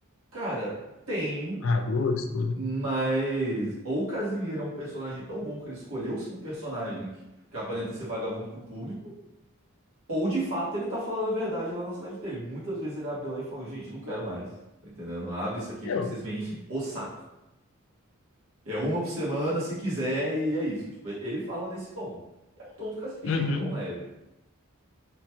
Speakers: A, on the right (about 75°); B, on the left (about 65°).
A: Cara, tem,
B: narradores, tudo.
A: mas ou o Casimiro é um personagem tão bom que ele escolheu ser um personagem que, que aparenta ser vagabundo pro público, ou de fato ele tá falando a verdade lá nas lives dele. Muitas vezes ele abre lá e fala, gente, não quero mais, tá entendendo? Abre isso aqui
B: Eu,
A: porque vocês me enchem o saco. É uma por semana, se quiser, e é isso. Tipo, ele fala nesse tom. É o tom do Casimiro,
B: Uhum.
A: um tom leve.